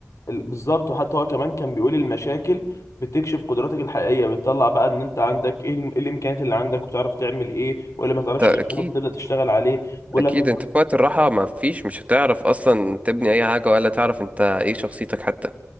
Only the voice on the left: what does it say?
ال- بالظبط وحتى هو كمان كان بيقول المشاكل بتكشف قدراتك الحقيقيه بتطلع بقى ان انت عندك ايه الم- إيه الامكانيات اللي عندك وتعرف تعمل ايه ولا ما تعرفش
تعمله فتبدا تشتغل عليه بيقول
لك